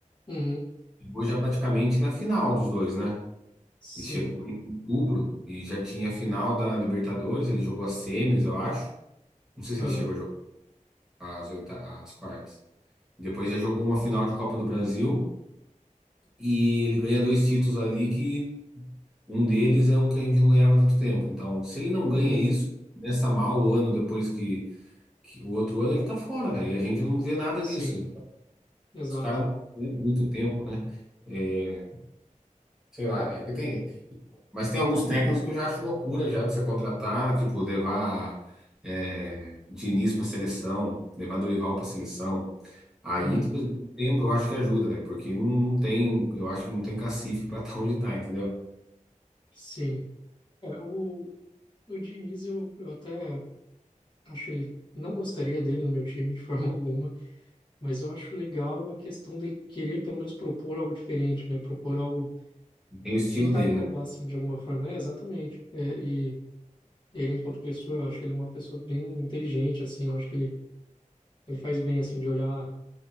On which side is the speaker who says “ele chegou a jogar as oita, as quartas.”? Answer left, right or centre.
Centre